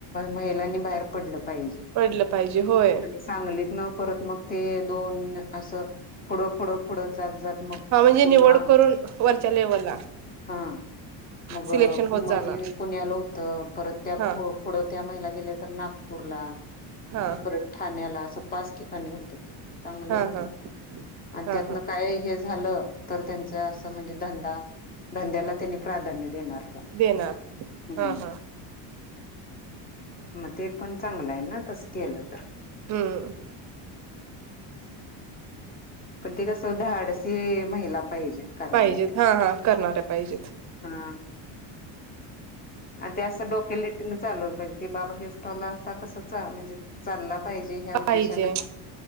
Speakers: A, on the left (about 20°); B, on the right (about 35°).
A: महिलांनी बाहेर पडलं पाहिजे
B: पडलं पाहिजे होय
A: आणि सांगलीतन परत मग ते दोन असं फुढं फुढं फढं जात जात मग
B: हा म्हणजे
A: ते
B: निवड
A: हा
B: करून वरच्या लेवलला
A: हा मग
B: सिलेक्शन होत जाणार
A: मधी पुण्यालं होतं परत त्या
B: हा
A: पुढ त्या महिला गेल्या तर नागपूरला
B: हा
A: परत ठाण्याला असं पाच ठिकाणी होतं चांगलं
B: हा
A: होतं
B: हा
A: आणि
B: हा
A: त्यातन
B: हा
A: काय हे झालं तर त्यांचा असं म्हणजे धंदा धंद्याला त्यांनी प्राधान्य देणार ते
B: देणार
A: हम्
B: हा हा
A: मग ते पण चांगलं आहे ना तस केलं तर
B: हम्म
A: पण ते कसं धाडसी महिला पाहिजेत करायला
B: पाहिजेत
A: त्यात
B: हा हा करणाऱ्या पाहिजेत
A: हा आणि ते असं डोक्यालिटिन चालवलं पाहिजे की बाबा हे स्टॉला असता कस म्हणजे चालला पाहिजे ह्या उद्देशानचं
B: पाहिजे